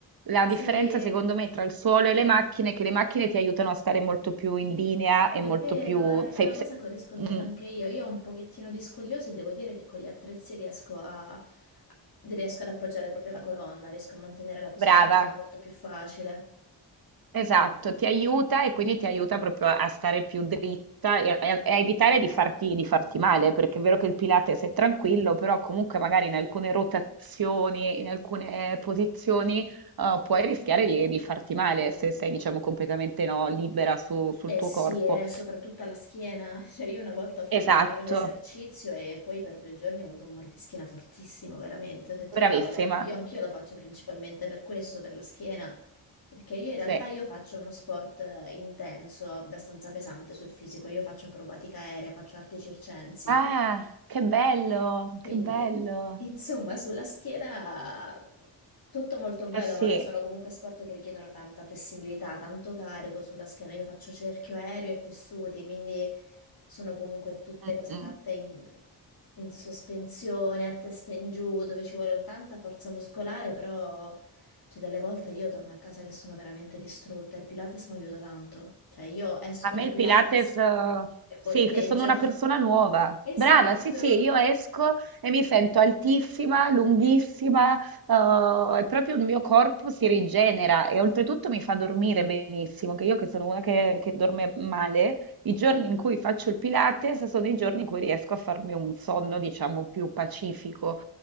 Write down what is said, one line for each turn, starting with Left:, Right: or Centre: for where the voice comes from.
Right: la
Left: sì,
Right: differenza secondo me tra il suolo e le macchine è che le macchine ti aiutano a stare molto più in linea e
Left: è
Right: molto
Left: vero,
Right: più...
Left: eh,
Right: sei-
Left: È una cosa
Right: sei-
Left: che ho riscontrato
Right: mm,
Left: anche io. Io ho un pochettino di scogliosi e devo dire che con gli attrezzi riesco a... riesco ad appoggiare proprio la colonna, riesco a mantenere la posizione
Right: brava,
Left: in modo molto più facile.
Right: Esatto, ti aiuta e quindi ti aiuta proprio a stare più dritta e e a, e a evitare di farti, di farti male, perché è vero che il Pilates è tranquillo, però comunque magari in alcune rotazioni, in alcune posizioni, eh, puoi rischiare di, di farti male se sei, diciamo, completamente no, libera su- sul
Left: Eh
Right: tuo
Left: sì,
Right: corpo.
Left: eh, soprattutto alla schiena. <laughs> Cioè, io una volta ho fatto
Right: Esatto,
Left: male un esercizio e poi per due giorni ho avuto un mal di schiena fortissimo, veramente. Ho detto,
Right: bravissima.
Left: cavolo, io anch'io lo faccio principalmente per questo, per la schiena, perché io in realtà
Right: Sì.
Left: io faccio uno sport eh, intenso, abbastanza pesante sul fisico. Io faccio acrobatica aerea, faccio arti circensi.
Right: Ah, che bello,
Left: Quindi,
Right: che bello.
Left: insomma, sulla schiera tutto molto bello,
Right: Eh sì.
Left: ma sono comunque sport che richiedono tanta flessibilità, tanto carico sulla schiena. Io faccio cerchio aereo e tessuti, quindi sono comunque tutte
Right: Mm,
Left: cose
Right: mm.
Left: fatte in, in sospensione, a testa in giù, dove ci vuole un tanta forza muscolare, però cioè, delle volte io torno a casa che sono veramente distrutta. Il Pilates mi aiuta tanto. Cioè, io esco
Right: A me
Left: da
Right: il
Left: Pilates
Right: Pilates, eh,
Left: e
Right: sì,
Left: volteggio.
Right: che sono una persona
Left: <laughs>
Right: nuova.
Left: Esatto.
Right: Brava, sì, sì, io esco e mi sento altissima, lunghissima, eh, e proprio il mio corpo si rigenera e oltretutto mi fa dormire benissimo, che io che sono una che, che dorme male, i giorni in cui faccio il Pilates sono i giorni in cui riesco a farmi un sonno, diciamo, più pacifico.